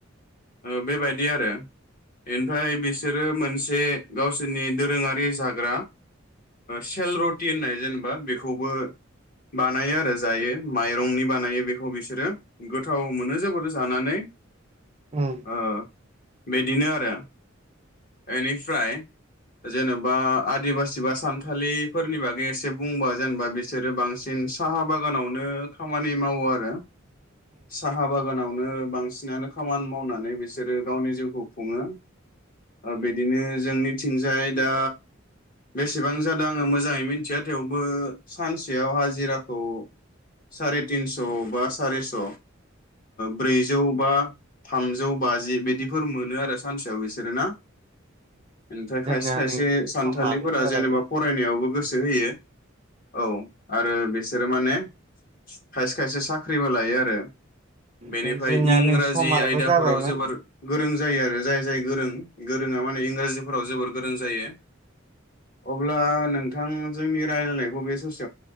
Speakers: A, on the left (about 45°); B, on the right (about 30°).
A: औ बेबायदि आरो ओमफ्राय बिसोरो मोनसे मोनसे गावसोरनि दोरोङारि जाग्रा सेल रटि होननाय जेनेबा बेखौबो बानायो आरो जायो माइरंनि बानायो बेखौ बिसोरो गोथाव मोनो जोबोद जानानै
B: उम
A: ओ बिदिनो आरो बेनिफ्राय जेन'बा ओ आदिबासि बा सानथालिफोरनि बागै एसे बुंबा जेनेबा बिसोरो बांसिन साहा बागानावनो खामानि मावो आरो साहा बागानावनो बांसिन सिनानो खामानि मावनानै बिसोरो गावनि जिउखौ खुङो। बिदिनो जोंनि थिंजाय दा बेसेबां जादों आं मोजाङै मिथिया थेवबो सानसेयाव हाथियारफोरखौ सारितिनस'बा सारिस' ब्रैजौ बा थामजौ बाजि बिदिफोर मोनो आरो सानसेयाव बिसोरो ना। ओमफ्राय खायसे
B: जोंना
A: खायसे
B: नै
A: सानथालिफोरा
B: समाबो जाबायमोन
A: जेनेबा फरायनायावबो गोसो गोसो होयो। औ आरो बेस सोरो माने खायसे खायसे सा ख्रिबो लायो आरो बेनिफ्राय
B: बे जोंना
A: इंराजि
B: नै समाबो
A: आयदाफोराव
B: जाबायमोन
A: जोबोर गोरों जायो आरो जाय जाय गोरों गोरोङा माने इंराजिफोराव जोबोर गो लोंजायो अब्ला नो नोंथां जोंनि रायलायनायखौ बे सस